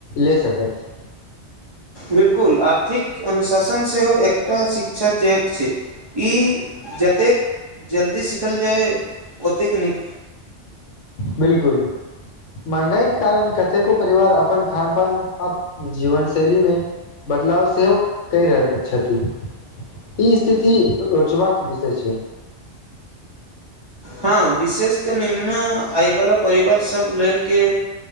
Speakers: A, on the left (about 80°); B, on the right (about 35°).
A: ले सकत
B: बिलकुल आर्थिक अनुशासन सेहो एकटा शिक्षा चरण छै ई जतेक जल्दी सीखल जाय ओतेक नीक
A: बिलकुल महंगाईक कारण कतेको परिवार अपन खान पान अप जीवन शैलीमे बदलाव सेहो कहि रहल छथि ई स्थिति रोचबाक विषय छै
B: हँ विशेष के निम्न आय वाला परिवार सब ले के